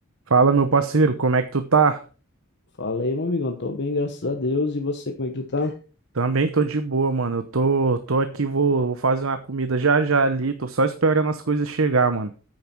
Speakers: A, on the right (about 75°); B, on the left (about 55°).
A: Fala, meu parceiro, como é que tu tá?
B: Falei, meu amigão, tô bem, graças a Deus. E você, como é que tu tá?
A: Também tô de boa, mano. Eu tô, tô aqui, vou, vou fazer uma comida já já ali. Tô só esperando as coisas chegar, mano.